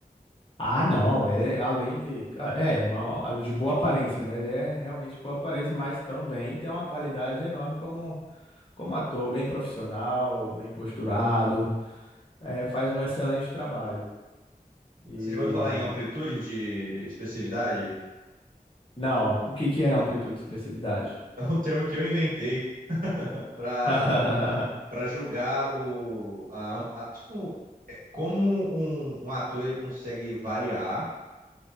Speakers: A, on the left; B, on the right.
A: Ah, não, é além de. É, uma- de boa aparência, né? Ele é realmente boa aparência, mas também tem uma qualidade enorme como como ator, bem profissional, bem posturado, é, faz um excelente trabalho. E
B: Você já ouviu falar em amplitude de expressividade? <laughs>
A: não, o que que é amplitude e expressividade?
B: É um termo que eu inventei para
A: <laughs>
B: para julgar o a- a- tipo é, como um, um ator ele consegue variar